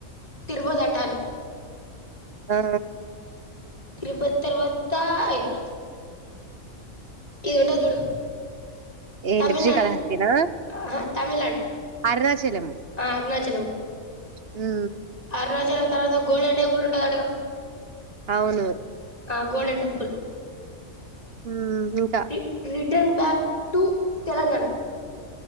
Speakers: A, on the left; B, on the right.
A: తిరుపోదంటలు
B: ఆ
A: తిరుపతి తర్వాత అయిది ఇదిఉంటాది చూడు
B: ఏ
A: తమిళనాడు
B: శ్రీకాళహస్తతినా
A: ఆహా తమిళనాడు
B: అరుణాచలం
A: ఆ అరుణాచలం
B: హు
A: అరుణాచలం తర్వాత గోల్డెన్ టెంపుల్ ఉంటది అంట కదా
B: అవును
A: గోల్డెన్ టెంపుల్
B: మ్మ్ ఇంకా
A: రి రిటర్న్ బ్యాక్ టు తెలంగాణ